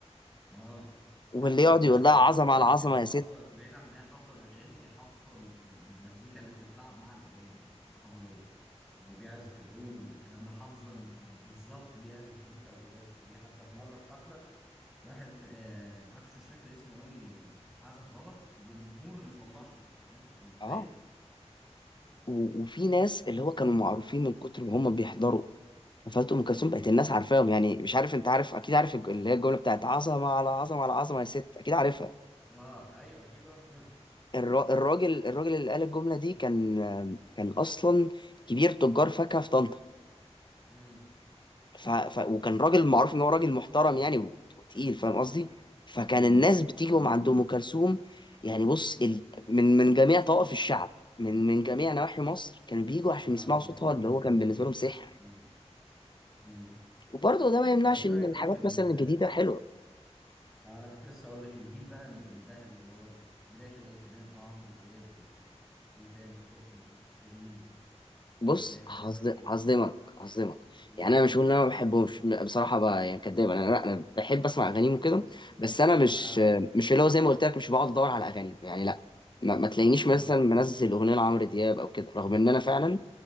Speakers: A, in the centre; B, on the left.
A: اه
B: واللي
A: لا ده, ده
B: يقعد
A: الناس
B: يقول لها
A: كانت
B: عظمه
A: كانت
B: على عظمه
A: كانت
B: يا
A: حافظه
B: ست
A: بعيد عن ان هي حافظه الاغاني دي حافظه ال- ال- المزيكا اللي بتتلعب مع الاغاني يعني حافظه ال- اللي بيعزف العود والكلام ده حافظه ال- ال- بالظبط بيعزف امتى وبيعزف ايه حتى في مره في حفله واحد آه ما اعرفش مش فاكر اسمه قوي آه، عزف غلط الجمهور اللي صلح له فاهم انت متخيل
B: اه و- وفي ناس اللي هو كانوا معروفين من كتر ما هم بيحضروا فات ام كلثوم بقت الناس عارفاهم يعني مش عارف انت عارف اكيد عارف الج- اللي هي الجمله بتاعت عظمه على عظمه على عظمه يا ست اكيد عارفها
A: اه ايوه اكيد آه.
B: الر- الراجل الراجل اللي
A: <laughs>
B: قال الجمله دي كان كان اصلا كبير تجار فاكهه في طنطا
A: امم
B: ف... ف... وكان راجل معروف ان هو راجل محترم يعني و... وتقيل فاهم قصدي فكان الناس
A: ايوه
B: بتيجي من عند ام كلثوم يعني بص ال... من من جميع طوائف الشعب من من جميع نواحي
A: مم.
B: مصر كانوا بيجوا عشان
A: اه
B: يسمعوا
A: بيسمعوه
B: صوتها اللي هو كان بالنسبه لهم سحر
A: امم امم
B: وبرضه ده ما يمنعش
A: طب ايه
B: ان
A: رايك
B: الحاجات
A: بقى في ال
B: مثلا الجديده حلوه
A: اه انا كنت لسه اقول لك الجيل بقى ال- الذهبي اللي هو ال- بداية الالفينات ده عمرو دياب و... وتامر حسني وشيرين و...
B: بص
A: وانغام
B: هصد-
A: وايه رايك فيهم
B: هصدمك هصدمك
A: قول
B: يعني
A: لي.
B: انا مش هقول ان انا ما بحبهمش م- بصراحه بقى يعني كداب انا لا انا بحب اسمع اغانيهم وكده بس انا مش
A: اه
B: مش اللي هو زي ما قلت لك مش بقعد ادور على اغانيهم يعني لا ما, ما تلاقينيش
A: امم
B: مثلا منزل اغنيه لعمرو دياب او كده رغم ان انا فعلا